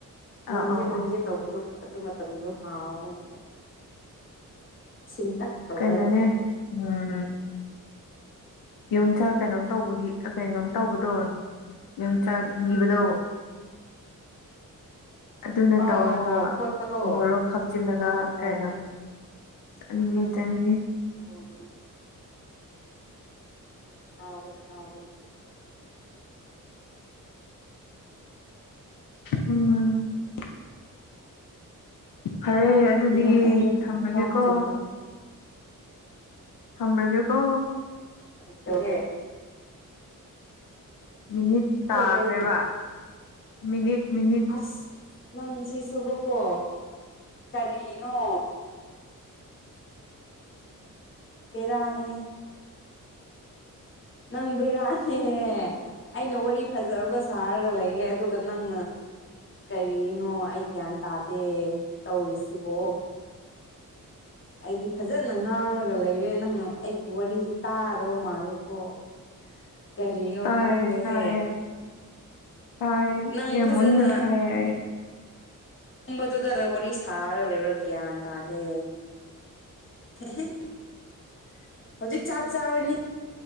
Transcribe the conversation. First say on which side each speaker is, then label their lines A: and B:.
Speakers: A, on the left (about 35°); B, on the left (about 80°).
A: ꯃꯨꯟꯒꯦ
B: ꯑꯥ ꯑꯥ
A: ꯃꯨꯟꯒꯦ
B: ꯑꯥ
A: ꯇꯧꯕꯗꯣ꯫ ꯑꯗꯨ ꯃꯇꯝꯗꯣ ꯍꯥꯎꯕꯅꯤꯕ꯫ ꯁꯤꯟꯇꯛ ꯇꯧꯔꯒꯀꯣ꯫
B: ꯀꯩꯅꯣꯅꯦ ꯎꯝ ꯌꯣꯡꯆꯥꯛ ꯀꯩꯅꯣꯝ ꯇꯧꯕꯒꯤ ꯀꯩꯅꯣꯝ ꯇꯧꯕꯗꯣ꯫ ꯌꯣꯡꯆꯥꯛ ꯍꯤꯕꯗꯣ ꯑꯗꯨꯅ
A: ꯑꯥ
B: ꯇꯧꯔꯒ
A: ꯑꯣ ꯍꯣ ꯈꯣꯠꯄꯗꯣ ꯑꯣ
B: ꯃꯣꯔꯣꯛ ꯍꯥꯞꯆꯤꯜꯂꯒ
A: ꯍꯣ
B: ꯀꯩꯅꯣ
A: ꯍꯣ
B: ꯆꯥꯅꯤꯡꯉꯦ ꯆꯥꯅꯤꯡꯉꯦ꯫
A: ꯎꯝ ꯎꯝ ꯍꯥꯎꯕꯅꯤ ꯍꯥꯎꯕꯅꯤ꯫
B: ꯎꯝ꯫ ꯐꯔꯦ
A: ꯀꯔꯤꯅꯣ
B: ꯑꯗꯨꯗꯤ
A: ꯑꯩꯗꯣ
B: ꯊꯝꯃꯒꯦꯀꯣ꯫
A: ꯍꯛꯀꯥꯝ ꯆꯟꯕꯅꯦ
B: ꯊꯝꯃꯒꯦꯀꯣ꯫
A: <unintelligible>
B: ꯃꯤꯅꯤꯠ ꯇꯥꯈ꯭ꯔꯦꯕ
A: ꯑꯦ ꯀꯩꯗꯧ
B: ꯃꯤꯅꯤꯠ ꯃꯤꯅꯤꯠ
A: ꯑꯁ ꯅꯪꯁꯤ ꯁꯨꯕꯀꯣ ꯀꯔꯤꯅꯣ꯫ ꯕꯔꯅꯦꯍꯦ꯫ ꯅꯪ ꯕꯦꯔꯥꯅꯦꯍꯦ ꯑꯩꯅ ꯋꯥꯔꯤ ꯐꯖꯕ ꯁꯥꯔꯒ ꯂꯩꯌꯦ ꯑꯗꯨꯒ ꯅꯪꯅ ꯀꯔꯤꯅꯣ ꯑꯩ ꯒ꯭ꯌꯥꯟ ꯇꯥꯗꯦ ꯇꯧꯔꯤꯁꯤꯕꯣ꯫ ꯑꯩꯗꯤ ꯐꯖꯅ ꯉꯥꯡꯉꯒ ꯂꯩꯔꯦ ꯅꯪꯅ ꯑꯩꯒꯤ ꯋꯥꯔꯤꯁꯦ ꯇꯥꯗꯕ ꯃꯥꯜꯂꯦꯀꯣ꯫ ꯀꯔꯤꯅꯣ
B: ꯇꯥꯏꯌꯦ
A: ꯈꯪꯗꯦꯍꯦ꯫
B: ꯇꯥꯏꯌꯦ ꯇꯥꯏꯌꯦ
A: ꯅꯪ
B: ꯌꯥꯝꯃꯟꯅ
A: ꯐꯖꯅ
B: ꯇꯥꯏꯌꯦ ꯑꯩ꯫
A: ꯇꯨꯝꯕꯗꯨꯗ ꯋꯥꯔꯤ ꯁꯥꯔꯒ ꯂꯩꯕ꯭ꯔꯥ ꯒ꯭ꯌꯥꯟ ꯇꯥꯗꯦ꯫ <unintelligible> ꯍꯧꯖꯤꯛ ꯆꯥꯛ ꯆꯥꯔꯅꯤ